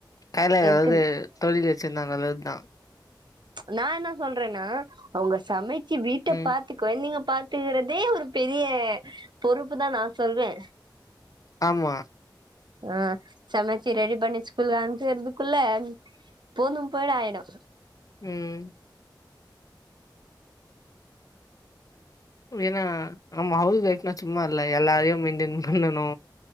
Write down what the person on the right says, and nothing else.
இருக்கு
நா என்ன சொல்றேன்னா அவுங்க சமைச்சு வீட்ட
பாத்துக்க கொழந்தைங்க பாத்துக்கிறதே ஒரு பெரிய பொறுப்பு தா நா சொல்வே
அ சமச்சி ரெடி பண்ணி ஸ்கூல் அனுப்சறதுகுல்ல போதும் போய்டாயிடு